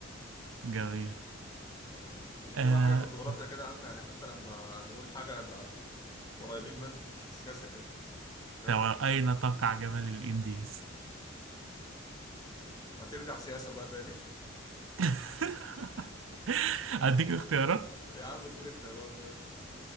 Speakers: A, on the right; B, on the left.
A: جميل
B: خلاص ماشي اديني
A: آه
B: بقى حاجة في الجغرافيا كده يا عم يعني حتى لما نقول حاجة يبقى قريبين منها مش في السياسة كده يلا
A: توا- اين تقع جبل الانديز
B: ما ترجع سياسة بقى تاني <laughs>
A: <laughs> اديك اختيارات
B: يا عم اديني اختيارات ماشي